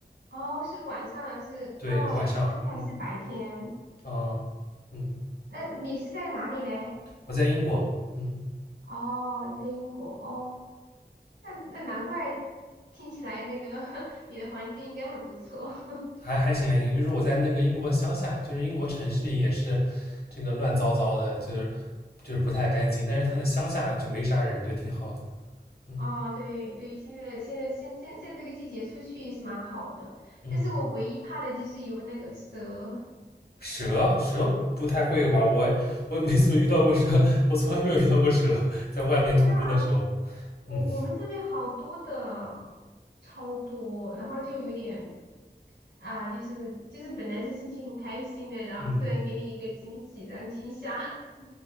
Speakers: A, on the right; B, on the left.
A: 哦，是晚上还是？
B: 对，
A: 哦，
B: 晚上，
A: 我这边还是白天。
B: 嗯啊，嗯，
A: 那你是在哪里呢？
B: 我在英国，嗯。
A: 哦，你在英国哦。那那难怪听起来那个 <laughs> 你的环境应该很不错。<laughs>
B: 还还行还行，就是我在那个英国乡下，就是英国城市里也是这个乱糟糟的，就是就是不太干净，但是它在乡下就没啥人，就挺好的。嗯
A: 哦，对对，现在现在现现现在这个季节出去也是蛮好的，
B: 嗯，
A: 但是我唯一怕的就是有那个蛇。
B: 蛇蛇不太会有吧？我我也没怎么遇到过蛇，我从来没有遇到过蛇，在外面徒步的时候。
A: 真的吗？我我们这边好多的，
B: 嗯
A: 超多，然后就有点啊，就是就是本来是心情很开心的，然后突然给你一个惊喜，
B: 嗯，
A: 然后惊吓。<laughs>